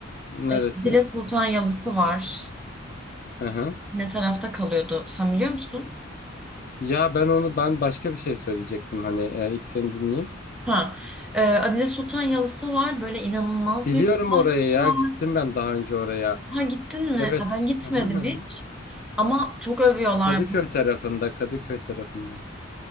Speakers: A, on the left; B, in the centre.
A: Neresi?
B: Ee, Dile Sultan Yalısı var.
A: Hı hı.
B: Ne tarafta kalıyordu? Sen biliyor musun?
A: Ya ben onu ben başka bir şey söyleyecektim hani e, ilk seni dinleyeyim.
B: Ha, e, Adile Sultan Yalısı var. Böyle inanılmaz
A: Biliyorum
B: büyük bir bahçesi
A: oraya ya
B: var.
A: gittim ben daha önce oraya.
B: Ha gittin
A: Evet.
B: mi? Ha, ben gitmedim
A: Hı hı hı. hı.
B: hiç. Ama çok övüyorlar.
A: Kadıköy tarafında Kadıköy tarafında.